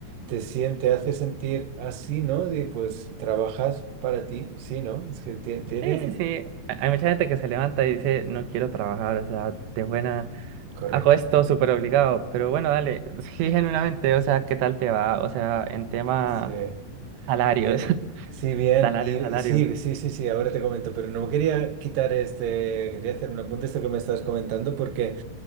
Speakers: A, on the right; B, on the right.
A: te siente, hace sentir así, ¿no? De, pues trabajas para ti, sí, ¿no? Es que tie- tiene...
B: Sí, sí, sí. Hay hay mucha gente que se levanta y dice, no quiero trabajar, o sea, de buena...
A: Correcto.
B: Hago esto súper obligado, pero bueno, dale, <laughs> sí, genuinamente, o sea, ¿qué tal te va? O sea, en tema
A: Sí,
B: Salarios,
A: bien.
B: <laughs>
A: Sí, bien.
B: salarios,
A: Y, y
B: salarios.
A: sí, sí, sí, sí, ahora te comento, pero no quería quitar este, quería hacer un apunte a esto que me estás comentando porque...